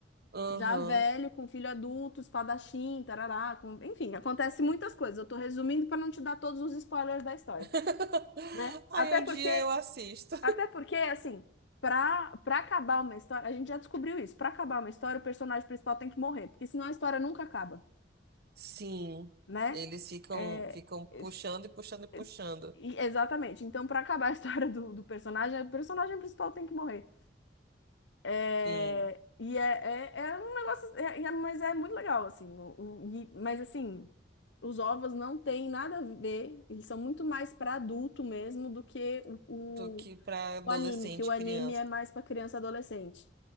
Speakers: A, on the right; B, on the left.
A: Aham.
B: Já velho, com filho adulto, espadachim, tarará, com- enfim, acontece muitas coisas. Eu tô resumindo para não te dar todos os spoilers da história,
A: <laughs>
B: né?
A: Aí
B: Até
A: um
B: porque,
A: dia eu assisto.
B: até porque, assim, pra, pra acabar uma história, a gente já descobriu isso. Pra acabar uma história, o personagem principal tem que morrer, porque senão a história nunca acaba,
A: Sim.
B: né?
A: Eles ficam,
B: É,
A: ficam
B: é,
A: puxando e puxando e puxando.
B: é, e- exatamente. Então, pra acabar a <laughs> história do, do personagem, o personagem principal tem que morrer. É,
A: Sim.
B: e é, é, é um negócio, é- é- mas é muito legal, assim. o- o- e- mas assim, os ovos não têm nada a ver, eles são muito mais para adulto mesmo do que o,
A: Do que
B: o,
A: pra adolescente,
B: o anime, que o anime
A: criança.
B: é mais para criança e adolescente.